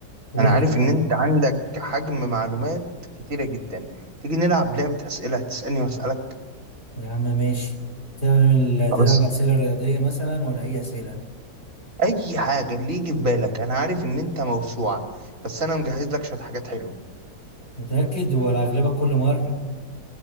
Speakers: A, on the left; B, on the right.
A: قول
B: انا عارف
A: لي يا معلم
B: ان انت عندك حجم معلومات كتيره جدا تيجي نلعب لعبه اسئله هتسالني واسالك
A: يا عم ماشي تعمل
B: خلاص
A: تلعب اسئله رياضيه مثلا ولا اي اسئله
B: اي حاجه اللي يجي في بالك انا عارف ان انت موسوعه بس انا مجهز لك شويه حاجات حلوه
A: متاكد ولا اغلبك كل مره